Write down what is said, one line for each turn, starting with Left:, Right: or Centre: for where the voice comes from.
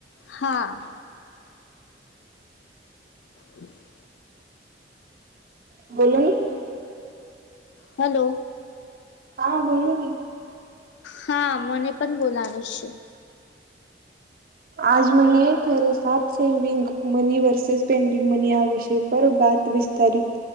Left: હા. હ <inaudible>
Right: બોલ‌ઇ.
Left: હલો.
Right: હા બોલો ની
Left: હા મને પન બોલાવે છે.
Right: આજ મને થેરે સાત saving money versus pending money આ વિશે પર બાત વિસ્ તરિત